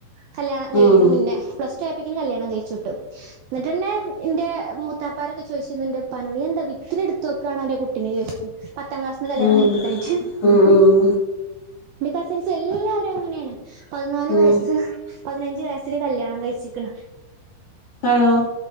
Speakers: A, on the right; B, on the left.
A: കല്യാണം കഴിഞ്ഞെന്റ
B: ഉം ഉം
A: മുന്നേ പ്ലസ് കല്യാണം കയിച്ചുവിട്ട് ന്നിട്ട് എന്നെ എന്റെ മൂത്താപ്പാരൊക്കെ ചോദിച്ചിരുന്നു ന്റെ ഉപ്പനോട് നീ എന്താ വിത്തിന് എടുത്ത് വക്കാണോ അന്റെ കുട്ടിനെ നീയ് പത്താം ക്ലാസ്സിന്ന് കല്യാണം
B: ഉം
A: കഴിപ്പിക്ക കഴിച്ചു
B: ഉം ഉം
A: എന്റെ കസിൻസ് എല്ലാരും അങ്ങനെയാണ് പതിനാല്
B: ഉം
A: വയസ്സ് പതിഞ്ച് വയസ്സില് കല്യാണം കഴിച്ചിക്കണ്
B: ആണോ?